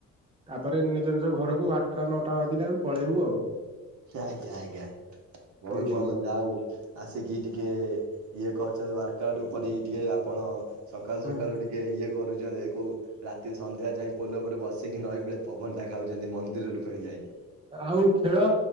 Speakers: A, on the right; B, on the right.
A: ତାପରେ ନିଜ ନିଜ ଘରକୁ ଆ ଆଠଟା ନଅଟା ବାଜିଲେ ଆମେ ପଳେଇବୁ ଆଉ।
B: ଯାଆ ଯାଆ ଆଜ୍ଞା। ବହୁତ୍
A: ହୁଁ
B: ଭଲ ଯାଉ। ଆସିକି ଟିକିଏ ଇଏ କରୁଚନ୍ତି ୱାର୍କ ଆଉଟ୍ ପରି ଟିକିଏ ଆପଣ ସକାଳୁ
A: ହୁଁ
B: ସକାଳୁ ଟିକ ଏଇଯେ କରୁଚନ୍ତି ଏକୁ ରାତି ସନ୍ଧ୍ୟା ଯାଏଁ ପୋଲ ଉପରେ ବସିକି ନଈକୂଳେ ପବନ ଟା ଖାଉଚନ୍ତି ମନ୍ଦିରରୁ ଫେଣି ଯାଇକି।
A: ଆଉ ଖେଳ